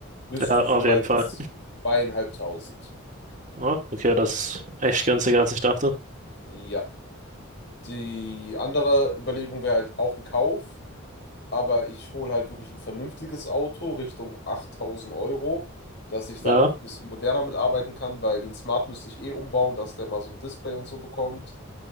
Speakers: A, on the left; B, on the right.
A: bist
B: ja,
A: du
B: auf
A: so bei
B: jeden Fall.
A: zweieinhalbtausend.
B: Ah, okay, das ist echt günstiger, als ich dachte.
A: Ja. Die andere Überlegung wäre halt auch ein Kauf, aber ich hole halt wirklich ein vernünftiges Auto Richtung 8000 Euro, dass ich da
B: Ja.
A: auch ein bisschen moderner mitarbeiten kann, weil den Smart müsste ich eh umbauen, dass der mal so ein Display und so bekommt,